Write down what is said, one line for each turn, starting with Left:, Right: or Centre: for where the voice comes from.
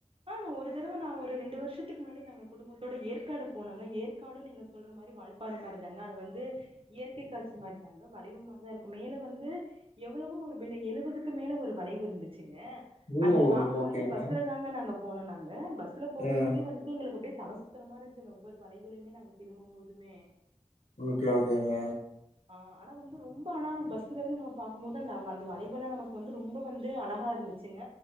Right: ஆ நா ஒரு தடவ நா ஒரு ரெண்டு வருஷத்துக்கு முன்னாடி நாங்க குடும்பத்தோட ஏற்காடு போனங்க ஏற்காடு நீங்க சொல்ற மாரி வால்பாற மாரிதாங்க அது வந்து இயற்கைக்காட்சி மாரிதாங்க வளைவு மாரிதா இருக்கு மேல வந்து எவ்வளவோ ஒரு எழுவதுக்கு மேல ஒரு வளைவு இருந்துச்சு ங்க
Left: ஓ!
Right: அந்த நாங்க
Left: ஓகேங்க.
Right: வந்து பஸ்ல தாங்க நாங்க போனோ நாங்க பஸ்ல போகும்
Left: ம்.
Right: போதே வந்துட்டு எங்களுக்கு அப்டியே தல சுத்ரமாரி இருந்துசுங்க ஒவ்வொரு வளைவுலயுமே நாங்க திரும்பும் போதுமே
Left: ஓகே ஓகேங்க
Right: ஆ ஆனா வந்து ரொம்ப ஆனா பஸ்ல இருந்து நம்ம பாக்குபோது அந்த அந்த வளைவுலா நமக்கு வந்து ரொம்ப வந்து அழகா இருந்துச்சுங்க